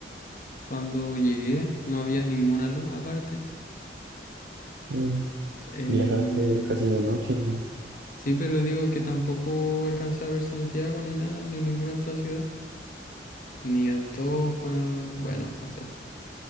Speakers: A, on the left; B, on the right.
A: cuando llegué, no había ninguna luz aparte.
B: Yo
A: Eh,
B: viajaste casi de noche, po.
A: sí, pero digo que tampoco alcancé a ver Santiago ni nada, ni ninguna otra ciudad, ni Antofa, bueno, no sé.